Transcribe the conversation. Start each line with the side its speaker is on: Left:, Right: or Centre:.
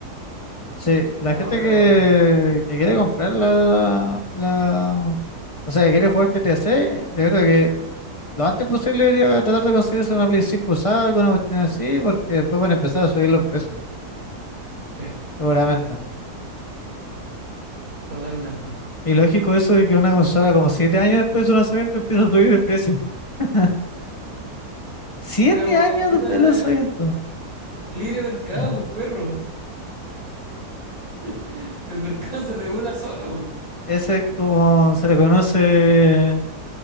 Left: Sí, la
Right: No,
Left: gente
Right: pero
Left: que, que quiere comprar la, la... O sea, que quiere jugar GTA 6, yo creo que lo antes posible debería tratar de conseguirse una Play 5 usada, alguna cuestión así, porque después van a empezar a subir los precios,
Right: Sí,
Left: seguramente.
Right: totalmente.
Left: Qué ilógico eso de que una consola como siete años después de su lanzamiento empieza a subir el precio. <laughs> Siete
Right: Pero,
Left: años
Right: puta,
Left: después del lanzamiento.
Right: libre mercado,
Left: Mm.
Right: pues, perro. <laughs> El mercado se regula solo.
Left: Ese es como se le conoce En